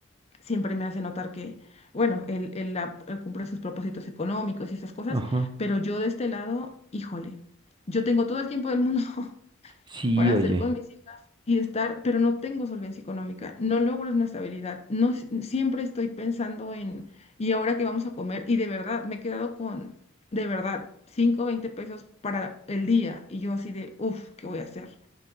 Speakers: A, on the left; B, on the right.
A: siempre me hace notar que, bueno, él, él ha- él cumple sus propósitos económicos y esas cosas,
B: ajá.
A: pero yo de este lado, híjole, yo tengo todo el tiempo del mundo <laughs>
B: Sí,
A: para hacer
B: oye.
A: con mis hijas y estar, pero no tengo solvencia económica, no logro una estabilidad, no s- siempre estoy pensando en, ¿y ahora qué vamos a comer? Y de verdad, me he quedado con, de verdad, 5 20 pesos para el día y yo así de, uff, ¿qué voy a hacer?